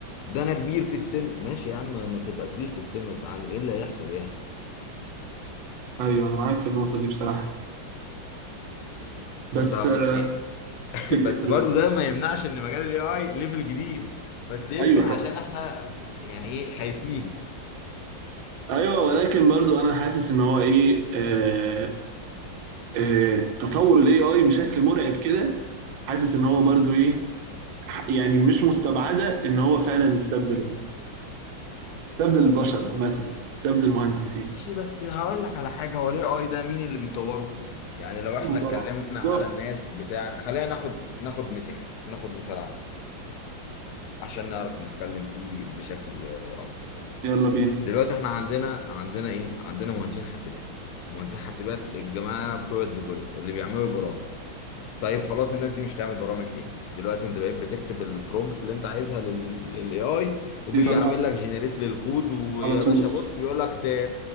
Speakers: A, on the left (about 75°); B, on the right (about 65°).
A: ده انا كبير في السن ماشي يا عم ما تبقى كبير في السن وتتعلم ايه اللي هيحصل يعني
B: ايوه انا معاك في النقطة دي بصراحة بس
A: بس عم-
B: آه،
A: يعني <laughs>
B: إيه-
A: بس برضه ده ما يمنعش ان مجال الاي اي ليفل جديد بس يمكن
B: ايوه
A: عشان
B: طبعا
A: احنا يعني ايه خايفين
B: ايوه ولكن برضو انا حاسس ان هو ايه آه آه تطور الاي اي بشكل مرعب كده حاسس ان هو برضو ايه ح- يعني مش مستبعده ان هو فعلا يستبدل يستبدل البشر عامه يستبدل المهندسين
A: ماشي بس هقول لك على حاجة هو الاي اي ده مين اللي بيطوره؟ يعني لو احنا
B: آه
A: اتكلمنا
B: طبعا بالظبط
A: على الناس بتاع خلينا ناخد ناخد مثال ناخد مثال عملي عشان نعرف نتكلم فيه بشكل آه، افضل يعني
B: يلا بينا
A: دلوقتي احنا عندنا عندنا ايه؟ عندنا مهندسين حاسبات مهندسين حاسبات الجماعة بتوع الديفلوبر اللي بيعملوا البرامج طيب خلاص الناس دي مش هتعمل برامج تاني دلوقتي انت بقيت بتكتب البرومبت اللي انت عايزها لل- للاي اي وبيعمل
B: بيطلع
A: لك جنريت للكود ويا
B: على طول
A: باشا بص بيقول لك ت...